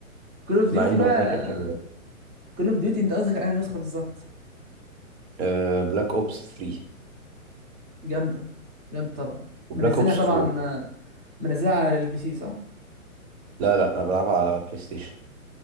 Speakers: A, on the right; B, on the right.
A: كول اوف ديوتي
B: مع ان
A: بقى
B: والله كانت حلوه
A: كول اوف ديوتي انت قصدك على النسخه بالظبط
B: آه بلاك اوبس 3
A: جامده جامده طبعا
B: وبلاك
A: منزلها
B: اوبس
A: طبعا
B: 4
A: آه، منزلها على البي سي صح
B: لا لا انا بلعبها على بلاي ستيشن